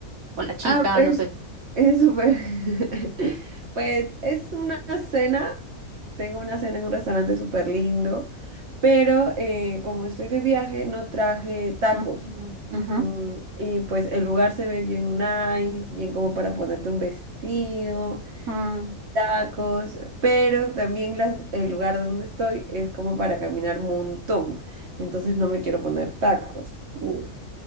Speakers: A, on the right; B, on the right.
A: o la chica?
B: Ah, pues
A: No sé.
B: es súper. <laughs> Pues es una cena. Tengo una cena en un restaurante súper lindo, pero eh, como estoy de viaje no traje tacos.
A: Mm, ujú,
B: Mm, y pues el lugar se ve bien nice, bien como para ponerte un vestido,
A: mm.
B: tacos, pero también las- el lugar donde estoy es como para caminar un montón. Entonces no me quiero poner tacos.
A: Uf.